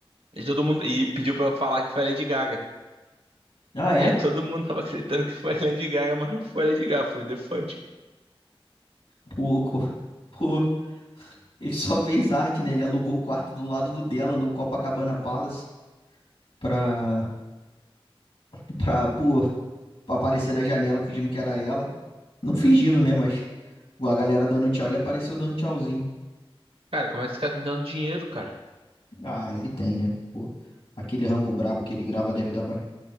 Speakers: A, on the right; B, on the left.
A: E todo mundo. E pediu pra eu falar que foi a Lady Gaga.
B: Ah, é?
A: Aí todo mundo tava acreditando que foi a Lady Gaga, mas não foi a Lady Gaga, foi o Defante.
B: Pouco. <laughs> Pô, ele só fez arte, né? Ele alugou o quarto do lado do dela no Copacabana Palace pra, <laughs> pra, pô, aparecer na janela fingindo que era ela. Não fingindo, né? Mas a galera dando tchau, ele apareceu dando tchauzinho.
A: Cara, como é que esse cara tá me dando dinheiro, cara?
B: Ah, ele tem, né? Pô, aquele rango brabo que ele grava deve dar ba-